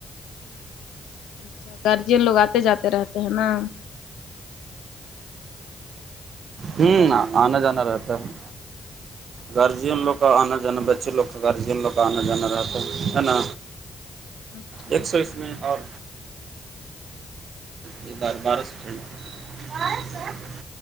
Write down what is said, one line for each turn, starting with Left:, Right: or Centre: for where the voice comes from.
Left: اچھا گارجین لوگ آتے جاتے رہتے ہیں نا <unintelligible>
Right: ہوں آنا جانا رہتا ہے گارجین لوگ کا آنا جانا بچے لوگ کا گارجین لو کا آنا جانا رہتا ہے نا
Left: اچھا
Right: ایک سو اس
Left: ہاں
Right: میں
Left: ہاں
Right: اور یہ بر بار س <unintelligible>